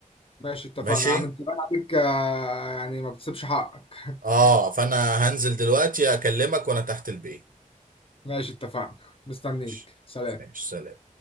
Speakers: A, on the left (about 40°); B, on the right (about 80°).
A: ماشي اتفقنا
B: ماشي
A: يا عم انت بقى عليك آه، يعني ما بتسيبش حقك <laughs>
B: اه فانا هنزل دلوقتي اكلمك وانا تحت البيت
A: ماشي اتفقنا مستنيك
B: ماشي
A: سلام
B: ماشي سلام